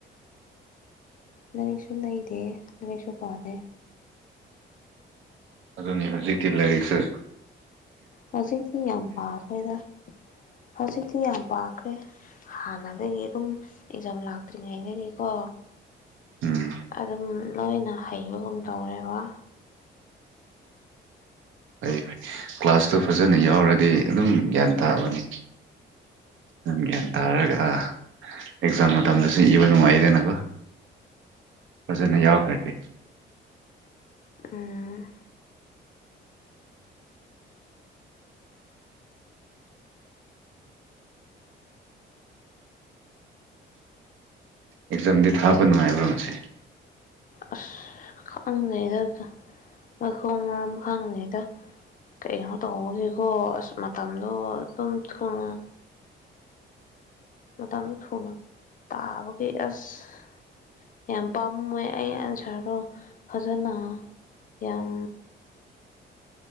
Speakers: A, on the left (about 45°); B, on the right (about 75°).
A: ꯂꯥꯔꯤꯛꯁꯨ ꯂꯩꯗꯦ ꯂꯥꯔꯤꯛꯁꯨ ꯄꯗꯦ
B: ꯑꯗꯨꯅꯤ ꯍꯧꯖꯤꯛꯇꯤ ꯂꯥꯏꯔꯤꯛꯁꯦ
A: ꯍꯧꯖꯤꯛꯇꯤ ꯌꯥꯝ ꯄꯥꯈ꯭ꯔꯦꯗ ꯍꯧꯖꯤꯛꯇꯤ ꯌꯥꯝ ꯄꯥꯈ꯭ꯔꯦ ꯍꯥꯟꯅꯗꯒꯤ ꯑꯗꯨꯝ ꯑꯦꯛꯖꯥꯝ ꯂꯥꯛꯇ꯭ꯔꯤꯉꯩꯗꯒꯤꯀꯣ
B: ꯎꯝ
A: ꯑꯗꯨꯝ ꯂꯣꯏꯅ ꯍꯩꯕꯒꯨꯝ ꯇꯧꯔꯦꯕ
B: ꯐꯩꯌꯦ ꯐꯩ ꯀ꯭ꯂꯥꯁꯇꯣ ꯐꯖꯅ ꯌꯥꯎꯔꯗꯤ ꯑꯗꯨꯝ ꯒ꯭ꯌꯥꯟ ꯇꯥꯕꯅꯤ ꯅꯪ ꯒꯌ꯭ꯥꯟ ꯇꯔꯒ ꯑꯦꯛꯖꯥꯝ ꯃꯇꯝꯗꯁꯨ ꯏꯕ ꯅꯨꯡꯉꯥꯏꯗꯅꯀꯣ ꯐꯖꯅ ꯌꯥꯎꯔꯈ꯭ꯔꯗꯤ
A: ꯎꯝ
B: ꯑꯦꯛꯖꯥꯝꯗꯤ ꯊꯥꯕ ꯅꯨꯡꯉꯥꯏꯕ꯭ꯔꯣ ꯉꯁꯤ
A: ꯑꯁ ꯈꯪꯗꯦꯗ ꯃꯥꯊꯣꯡ ꯃꯔꯝ ꯈꯪꯗꯦꯗ ꯀꯩꯅꯣ ꯇꯧꯕꯧꯕꯒꯤꯀꯣ ꯑꯁ ꯃꯇꯝꯗꯣ ꯑꯗꯨꯝ ꯊꯨꯅꯥ ꯃꯇꯝꯗꯨ ꯊꯨꯅ ꯇꯥꯕꯒꯤ ꯑꯁ ꯌꯥꯝ ꯄꯥꯝ ꯃꯨꯏ ꯑꯩ ꯑꯟꯁꯔꯗꯣ ꯐꯖꯅ ꯌꯥꯝ